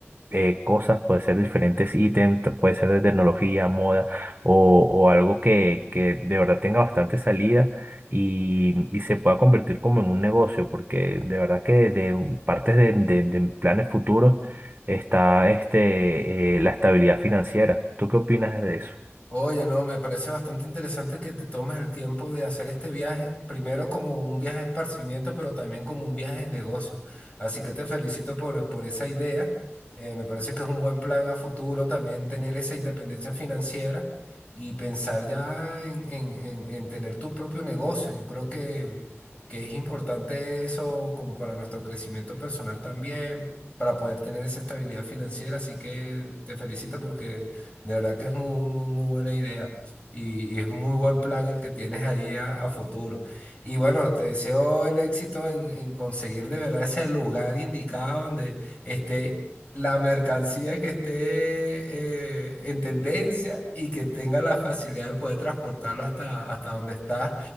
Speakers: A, on the right (about 35°); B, on the left (about 25°).
A: eh, cosas, puede ser diferentes ítems, te- puede ser de tecnología, moda o, o algo que, que de verdad tenga bastante salida y, y se pueda convertir como en un negocio, porque de verdad que de un- partes de, de- de planes futuros está este, eh, la estabilidad financiera. ¿Tú qué opinas de eso?
B: Oye, no, me parece bastante interesante que te tomes el tiempo de hacer este viaje, primero como un viaje de esparcimiento, pero también como un viaje de negocio. Así que te felicito por, por esa idea. Eh, me parece que es un buen plan a futuro también tener esa independencia financiera y pensar ya en, en- en- en tener tu propio negocio. Yo creo que, que es importante eso como para nuestro crecimiento personal también, para poder tener esa estabilidad financiera. Así que te felicito porque... De verdad que es muy, muy, muy buena idea. Y, y es muy buen plan el que tienes ahí a, a futuro. Y bueno, te deseo el éxito en, en conseguir de verdad ese lugar indicado donde esté la mercancía que esté eh, en tendencia y que tenga la facilidad de poder transportarlo hasta, hasta donde estás